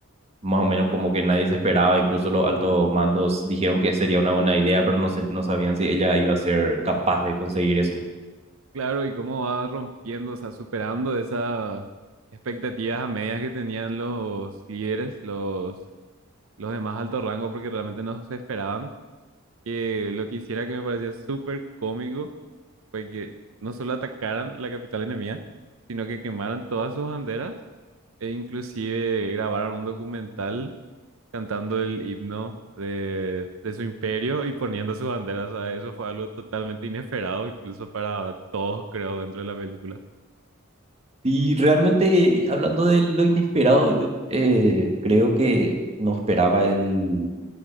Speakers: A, on the right; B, on the right.
A: más o menos como que nadie se esperaba, incluso los altos mandos dijeron que sería una buena idea, pero no, se- no sabían si ella iba a ser capaz de conseguir eso.
B: Claro, y cómo va rompiendo, o sea, superando esas expectativas a medias que tenían los líderes, los, los de más alto rango, porque realmente no se esperaban. que lo que hiciera que me parecía súper cómico fue que no solo atacaran la capital enemiga, sino que quemaran todas sus banderas e inclusive grabaron un documental cantando el himno de, de su imperio y poniendo sus banderas. ¿sabes? Eso fue algo totalmente inesperado, incluso para todos, creo, dentro de la película.
A: Y realmente, hablando de lo inesperado, yo eh, creo que no esperaba el,